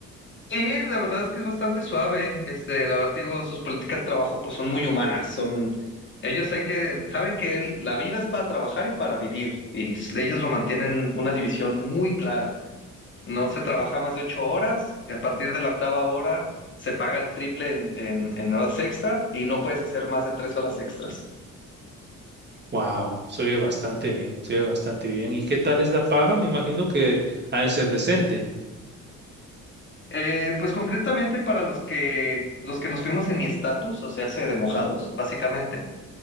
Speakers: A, on the left; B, on the right.
A: Sí, la verdad es que es bastante suave. Este, la verdad te digo, sus políticas de trabajo pues son muy humanas, son ellos hay que saben que el- la vida es para trabajar y para vivir y s- ellos lo mantienen una división muy clara. No se trabaja más de ocho horas, y a partir de la octava hora se paga el triple en, en- en horas extra y no puedes hacer más de tres horas extras.
B: Wow, se oye bastante bien, se oye bastante bien. ¿Y qué tal es la paga? Me imagino que ha de ser decente.
A: Eh, pues concretamente para los que los que nos fuimos en mi estatus, o sea, se de mojados, básicamente.